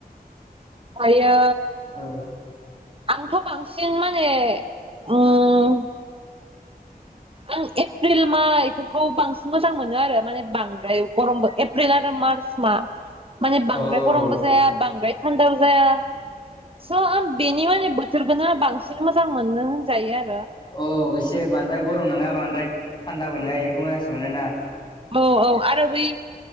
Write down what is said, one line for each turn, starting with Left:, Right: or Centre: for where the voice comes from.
Right: ओमफायो
Left: औ
Right: आंथ' बांसिन माने उम आं एप्रिल माहा बेफोरखौ बांसिन मोजां मोनो आरो माने बांद्राय गरमबो एप्रिल आरो मार्च मा माहा बांद्राय
Left: औ
Right: गरमबो
Left: औ
Right: जाया बांद्राय थान्दाबो जाया । स' आं बेनि माने बोथोरखोनो बांसिन मोजां मोनो होनजायो आरो ।
Left: अ एसे बांद्राय गरम नङा बांद्राय थान्दाबो नङा बेखौ मोजांसिन मोनोना ।
Right: औ औ आरो बै